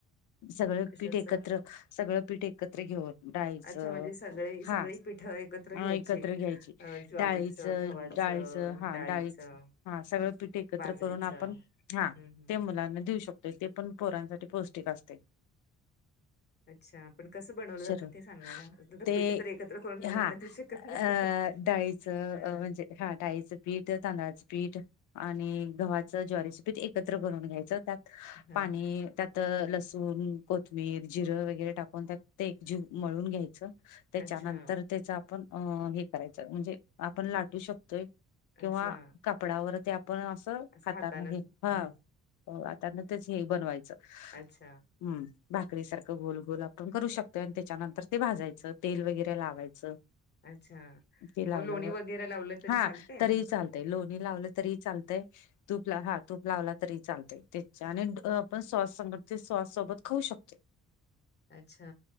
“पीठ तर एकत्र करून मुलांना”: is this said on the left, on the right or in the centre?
Left